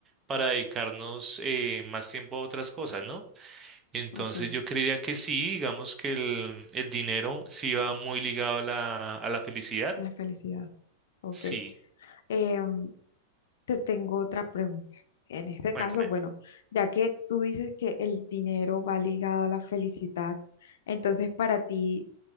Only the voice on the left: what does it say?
ok,
a la felicidad. Ok.
Em, Te tengo otra pregunta. En este
caso, bueno, ya que tú dices que el dinero va ligado a la felicidad, entonces para ti,